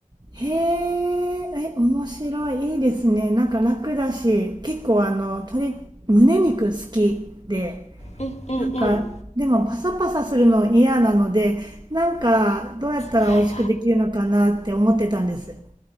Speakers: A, on the right (about 30°); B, on the left (about 50°).
A: へえ、え、面白い。いいですね。なんか楽だし、結構あの、鶏、胸肉好きで、
B: うんうんうんはい
A: なんか、でもパサパサするの嫌なので、なんか、どうやったら美味しくできるのかなって思ってたんです。
B: はい